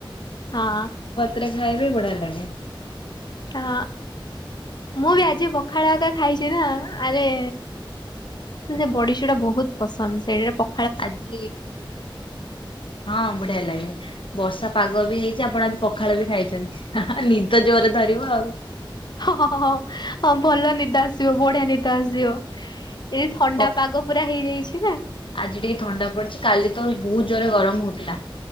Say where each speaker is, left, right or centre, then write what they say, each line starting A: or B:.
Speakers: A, on the left; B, on the left.
A: ହଁ।
B: ତରେ ଖାଇ ବି ବଢ଼ିଆ ଲାଗେ।
A: ହଁ ମୁଁ
B: ଆଉ
A: ବି ଆଜି ପଖାଳ ଭାତ ଖାଇଛି ନା ଆରେ ସେ ବଡ଼ି ଚୁଡ଼ା ବହୁତ ପସନ୍ଦ ସେଇଟା ପ
B: ଆଜି ହଁ ବଢ଼ିଆ ଲାଗେ। ବର୍ଷା ପାଗ ବି ହେଇଛି, ଆପଣ ଆଜି ପଖାଳ ବି ଖାଇଛନ୍ତି, ହଁ ହଁ ନିଦ ଜୋରରେ ଧରିବ ଆଉ।
A: ହଁ ହଁ ହଁ ହଁ ହଁ ଭଲ ନିଦ ଆସିବ ବଢ଼ିଆ ନିଦ ଆସିବ। ଏ ଥଣ୍ଡା
B: ପଖା
A: ପାଗ ପୁରା ହେଇଯାଇଛି ନା।
B: ଆଜି ଟିକେ ଥଣ୍ଡା ପଡ଼ିଛି କାଲି ତ ବହୁତ ଜୋରେ ଗରମ ହୋଉଥିଲା,